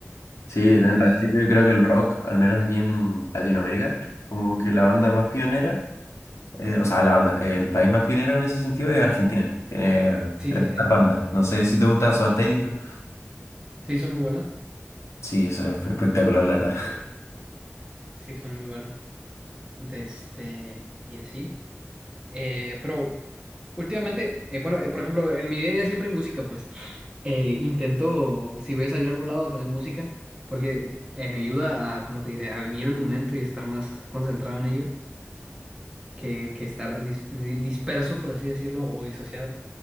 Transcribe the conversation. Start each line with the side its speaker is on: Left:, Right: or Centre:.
Left: Sí, en
Right: Entonces,
Left: realidad yo creo que el rock, al menos aquí en Latinoamérica, como que la banda más pionera, eh, o sea, la banda, el país más pionero en ese sentido es Argentina. Tiene
Right: sí,
Left: tres
Right: sí, sí,
Left: bandas. No sé si te gusta Soda Stereo.
Right: sí, son muy buenas.
Left: Sí, eso es espectacular, la verdad. <laughs>
Right: Sí, son muy buenos. De este, y así. Eh, pero últimamente, eh, bueno, eh, por ejemplo, en mi día a día siempre hay música, pues. Eh, intento, si voy a salir a algún lado, tener música, porque eh, me ayuda a, como te diré, a vivir el momento y estar más concentrado en ello que, que estar dis- di- disperso, por así decirlo, o disociado.